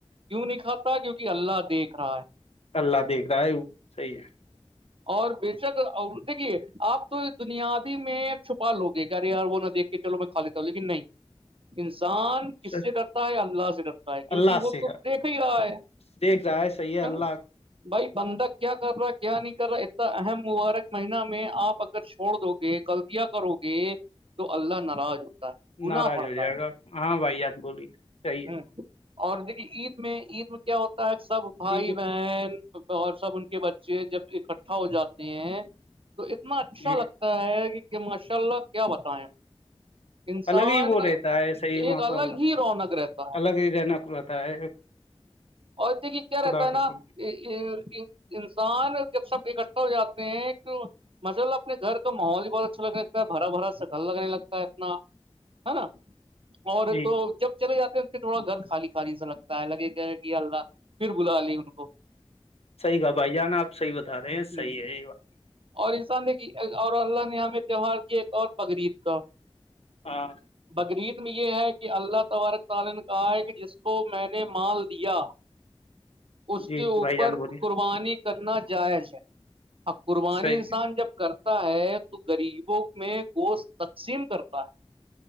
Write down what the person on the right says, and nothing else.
وں نہیں کھاتا کیوںکہ اللہ دیکھ رہا ہے <unintelligible>
اور بے شک دیکھیے آپ تو بنیادی میں چھپا لو گے یارے یار وہ نہا دیکھ کے چلو میں کا لیتا ہوں لیکن نہیں انسان
کس سے ڈرتا ہے اللہ سے ڈرتا ہے کیونکہ
وہ
تو
دیکھ ہی رہا ہے
نا بھائی بندک کیا کر رہا ہے کیا نہیں کر رہا اتنا اہم مبارک مہینہ میں آپ اگر چھوڑ دو گے کل کرو گے تو اللہ ناراض ہوتا ہے گنا
پڑتا
ہے
ہ اور دیکھیے عید میں عید میں کیا ہوتا ہے سب
بھائی
بہن اور سب ان کے بچے جب اکٹھا ہو جاتے ہیں تو اتنا اچھا
لگتا ہے کہ ماشاء اللہ کیا بتائیں <unintelligible> انسان
ایک
الگ
ہی رونق رہتا ہ
اور د کہ کیا رہتا
ہے نا
<unintelligible> انسان جب سب اکٹھا ہو جاتے ہیں کہ مچا اللہ اپنے گھر کا ماحول بھی بہت اچھا لگنے لگتا ہے بھرا بھرا گل لگنے لگتا ہے اپنا <unintelligible> ہے نا اور
تو جب چلے جاتے ہیں پھر تھوڑا گھر خالی خالی سا لگتا ہے لگے کہ کہ اللہ پھر بلا لے ان کو
ہوں،
اور انسان نے اور اللہ نے ہمیں تیوار کیا ایک اور بقریید کا
بقریید میں یہ ہے کہ اللہ تبارک تعالن کا ایک جس کو میں نے مال دیا اس
کے اوپر
قربانی کرنا جائز ہے اب قربانی
انسان جب کر ہے تو گغریبوں میں گوشت تقسیم کرتا ہے